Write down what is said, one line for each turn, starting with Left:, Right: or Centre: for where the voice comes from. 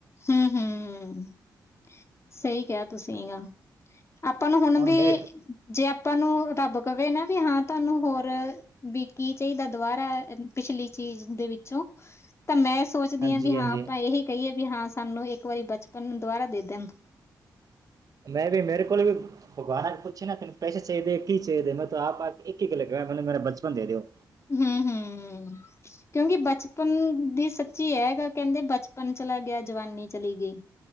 Left: ਹੂੰ-ਹੂੰ, ਸਈ ਕੇਆ ਤੁਸੀਂ ਏਨਾਂ ਨੂੰ। ਆਪਾਂ ਨੂੰ ਹੋਨ
Right: ਹੁਣ
Left: ਬੀ
Right: ਮੈਂ
Left: ਜੇ ਆਪਾਂ ਨੂੰ ਰੱਬ ਕਵੇ ਨਾ ਵੀ ਹਾਂ ਤੁਆਨੂੰ ਹੋਰ ਬੀ ਕੀ ਚਈਦਾ ਦੁਬਾਰਾ ਅ, ਪਿਛਲੀ ਚੀਜ ਦੇ ਵਿੱਚੋਂ ਤਾਂ ਮੈਂ ਸੋਚਦੀ
Right: ਹਾਂਜੀ
Left: ਹਾਂ ਵੀ ਹਾਂ
Right: ਹਾਂਜੀ
Left: ਆਪਾਂ ਏਹੀ ਕਹੀਏ ਵੀ ਹਾਂ ਸਾਨੂੰ ਇੱਕ ਵਾਰੀ ਬਚਪਨ ਨੂੰ ਦੁਬਾਰਾ ਦੇ ਦੇਨ।
Right: ਮੈਂ ਵੀ ਮੇਰੇ ਕੋਲ ਵੀ ਭਗਵਾਨ ਪੁੱਛੇ ਨਾ ਤੈਨੂੰ ਪੈਸੇ ਚਾਈਦੇ, ਕੀ ਚਾਈਦੇ? ਮੈਂ ਤਾ ਆਪ ਆ ਕੇ ਇੱਕ ਹੀ ਗੱਲ ਕਾਂ, ਮੈਨੂੰ ਮੇਰਾ ਬਚਪਨ ਦੇ ਦਿਓ।
Left: ਹੂੰ ਹੂੰ। ਕਿਉਂਕਿ ਬਚਪਨ ਦੀ ਸੱਚੀ ਐ ਏ ਗੱਲ, ਕੈਂਦੇ ਬਚਪਨ ਚਲਾ ਗਿਆ, ਜਵਾਨੀ ਚਲੀ ਗਈ।